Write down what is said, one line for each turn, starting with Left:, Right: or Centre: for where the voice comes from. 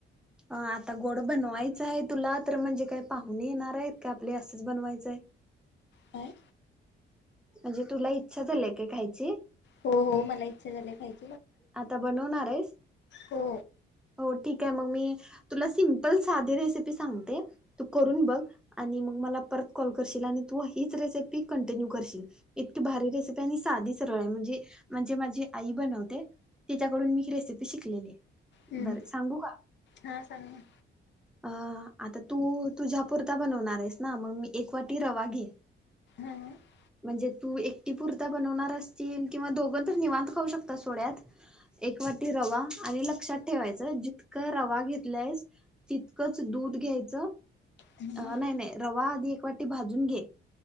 Centre: अ आता गोड बनवायचं आहे तुला तर म्हणजे काय पाहून येणार आहेत का आपले असंच बनवायचं आहे?
Left: काय
Centre: म्हणजे तुला इच्छा झालीय का खायची
Left: हो हो मला इच्छा झाली पाहिजे.
Centre: आता बनवणार आहेस
Left: हो
Centre: हो ठीक आहे मग मी. तुला सिमपल साधी रेसिपी सांगते तू करून बघ आणि मग मला परत कॉल करशील आणि तू हीच रेसिपी कंटिन्यू करशील इतकी भारी रेसिपी आणि साधी सरळ आहे म्हणजे म्हणजे माझी आई बनवते. तिच्याकडून मी रेसिपी शिकलेली
Left: हम्म
Centre: बर सांगू का
Left: हा सांगा.
Centre: अ आता तू तुझ्या पुुरता बनवणार आहेस ना? मग मी एक वाटी रवा घे
Left: हां
Centre: म्हणजे तू एक एकटी पुरता बनवणार असचील किंवा दोघ तर निवांत खाऊ शकतात सोड यात एक वाटी रवा. आणि लक्षात ठेवायचं ज- जितक रवा घेतलायस. तितकंच दूध घ्यायचं.
Left: हां
Centre: अ नाही नाही रवा आधी- एक वाटी भाजून घे.